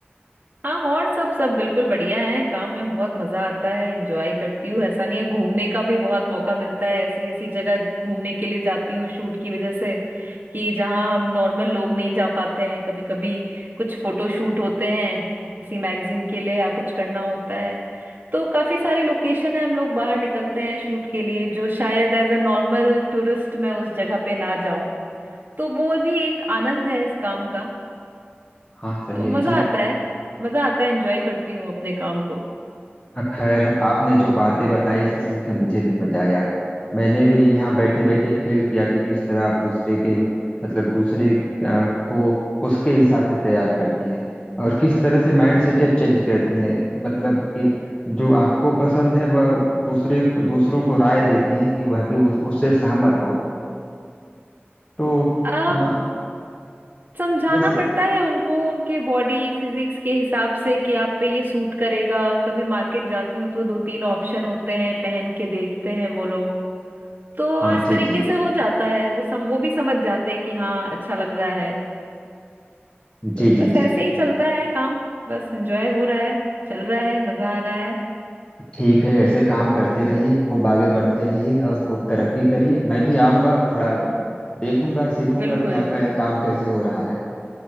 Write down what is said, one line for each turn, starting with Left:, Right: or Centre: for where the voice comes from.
Right: हाँ और सब सब बिल्कुल बढ़िया है काम में बहुत मजा आता है एंजॉय करती हूँ ऐसा नहीं है घूमने का भी बहुत मौका मिलता है ऐसी ऐसी जगह घूमने के लिए जाती हूँ शूट की वजह से कि जहाँ हम नॉर्मल लोग नहीं जा पाते हैं कभी कभी कुछ फोटो शूट होते हैं किसी मैगजीन के लिए या कुछ करना होता है तो काफी सारे लोकेशन है हम लोग बाहर निकलते हैं शूट के लिए जो शायद एज अ नॉर्मल टूरिस्ट मैं उस जगह पे ना जाऊं तो वो भी एक आनंद है इस काम का
Left: हाँ सही
Right: तो
Left: है
Right: मजा
Left: जी
Right: आता है मजा आता है एंजॉय करती हूँ अपने काम को
Left: अ, खैर आपने जो बातें बताई इसे सुन के मुझे भी मजा आया मैंने भी यहाँ बैठे
Right: जी
Left: बैठे फील किया कि किस तरह आप दूसरे के मतलब दूसरे अ, को उसके हिसाब से तैयार करती हैं और किस तरह से माइंड
Right: जी
Left: सेटअप चेंज करती हैं मतलब कि जो आपको पसंद है वह दूसरे को दूसरों को राय देती हैं कि वह भी उस, उससे सहमत हो तो
Right: अब
Left: अ,
Right: समझाना
Left: जैसे
Right: पड़ता है उनको उनके बॉडी फिजिक्स के हिसाब से कि आप पे ये सूट करेगा कभी मार्केट जाती हूँ तो दो तीन ऑप्शन होते हैं पहन के देखते हैं वो लोग तो
Left: हाँ
Right: इस
Left: जी
Right: तरीके
Left: जी
Right: से हो जाता है वो सम, वो भी समझ जाते हैं कि हाँ अच्छा लग रहा है
Left: जी
Right: तो
Left: जी
Right: बस ऐसे
Left: जी
Right: ही चलता है काम बस एंजॉय हो रहा है चल रहा है मजा आ रहा है
Left: ठीक है ऐसे काम करते रहिए खूब आगे बढ़ते रहिए
Right: जी
Left: और खूब तरक्की करिए मैं भी आऊँगा थोड़ा
Right: जी
Left: देखूंगा सीखूंगा
Right: बिल्कुल
Left: कि आपका यह काम कैसे हो रहा है